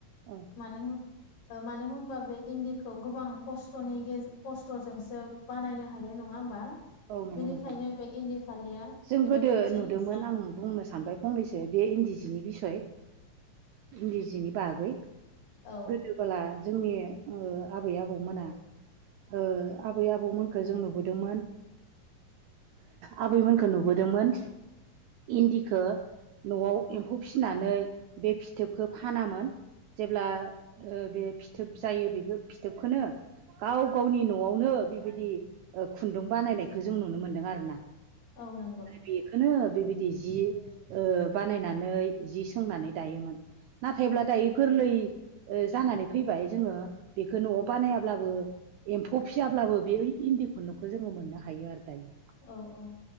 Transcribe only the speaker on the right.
औ
औ नंगौ
नोंथां
जों
गोदो
नुदोंमोन
आं बुंनो सानबाय फंनैसो बे इन्दि जिनि बिसय इन्दि जिनि बागै,
गोदोबोला जोंनि ओ आबै-आबौमोना ओ आबै आबौमोनखौ जों नुबोदोंमोन आबैमोन खो नुबोदोंमोन इन्दिखो न'आव एम्फौ फिसिनानै बे फिथोबखौ फानामोन जेब्ला ओ बे फिथोब जायो बेखौ फिथोबखौनो गाव गावनि न'आवनो बेबायदि खुन्दुं बानायनायखौ जों नुनो मोनदों आरो ना।
बेखौनो बेबायदि जि ओ बानायनानै जि सोंनानै दायोमोन। नाथायब्ला
दायो गोरलै जानानै फैबाय जोङो बेखौ न'आव बानायाब्लाबो एम्फौ फियाब्लाबो बे इन्दि खुन्दुंखौ जोङो मोननो हायो आरो दायो।